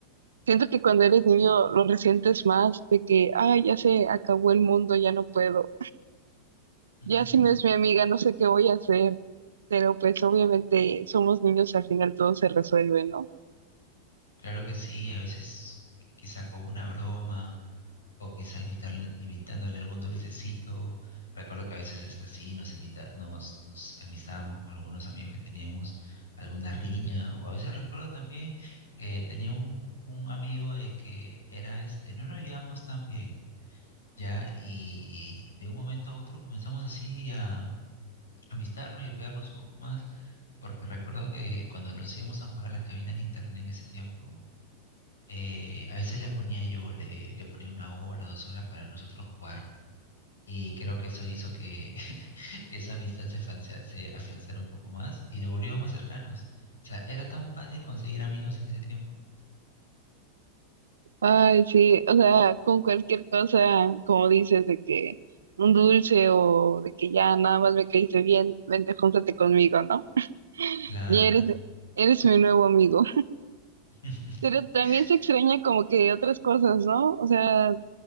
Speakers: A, on the right; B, on the left.
A: siento que cuando eres niño lo resientes más de que, ay, ya se acabó el mundo, ya no puedo.
B: <laughs>
A: Ya si no es mi amiga, no sé qué voy a hacer. Pero pues obviamente somos niños, al final todo se resuelve, ¿no?
B: Claro que sí, a veces quizá con una broma o quizá invitarle, invitándole algún dulcecito. Recuerdo que a veces es así, nos invita, nos, nos amistábamos con algunos amigos que teníamos alguna riña, o a veces recuerdo también que tenía un, un amigo de que era este, no nos llevamos tan bien, ya, y de un momento a otro comenzamos así a amistarnos y a pegarnos un poco más. Porque recuerdo que cuando nos íbamos a jugar a las cabinas de internet en ese tiempo, eh, a veces le ponía yo, le, le ponía una hora, dos horas para nosotros jugar. Y creo que eso hizo que, <laughs> que esa amistad se, afianza- se afianzara un poco más y nos volvimos más cercanos. O sea, era tan fácil conseguir amigos en ese tiempo.
A: Ay, sí, o sea, con cualquier cosa, como dices, de que un dulce o de que ya nada más me caíste bien, vente, júntate conmigo, ¿no?
B: Claro.
A: Ya eres, eres mi nuevo amigo.
B: <laughs>
A: Pero también se extraña como que otras cosas, ¿no? O sea,